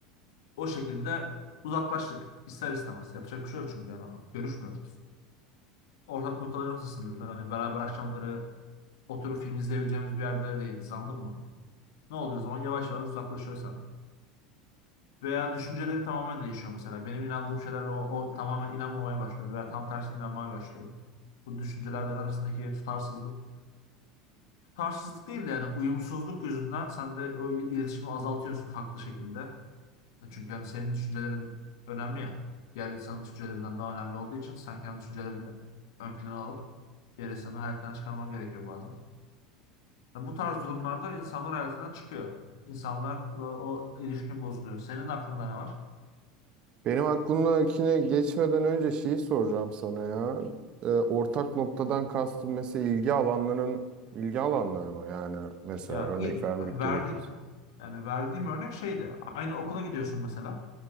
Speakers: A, on the left; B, on the right.
A: o şekilde uzaklaştık ister istemez. Yapacak bir şey yok çünkü yani görüşmüyoruz. Ortak noktalarımız sınırlı. Hani beraber akşamları oturup film izleyebileceğimiz bir yerde değiliz anladın mı? Ne oluyor o zaman? Yavaş yavaş uzaklaşıyoruz senden. Veya düşünceleri tamamen değişiyor mesela. Benim inandığım şeylerle o, o tamamen inanmamaya başlıyor veya tam tersi inanmaya başlıyor. Bu düşünceler arasındaki tutarsızlık. Tutarsızlık değil de yani uyumsuzluk yüzünden sen de o il- iletişimi azaltıyorsun haklı şekilde. E, Çünkü hani senin düşüncelerin önemli ya. Diğer insanın düşüncelerinden daha önemli olduğu için sen kendi düşüncelerini ön plana alıp diğer insanı hayatından çıkarman gerekiyor bazen. Yani bu tarz durumlarda insanlar hayatından çıkıyor. İnsanlar o ilişkin bozuluyor. Senin aklında ne var?
B: Benim aklımdakine geçmeden önce şeyi soracağım sana ya. E, ortak noktadan kastım mesela ilgi alanların ilgi alanları mı? Yani mesela
A: Ya
B: örnek
A: ilk
B: vermek
A: verdi
B: gerekir.
A: yani verdiğim örnek şeydi. Aynı okula gidiyorsun mesela.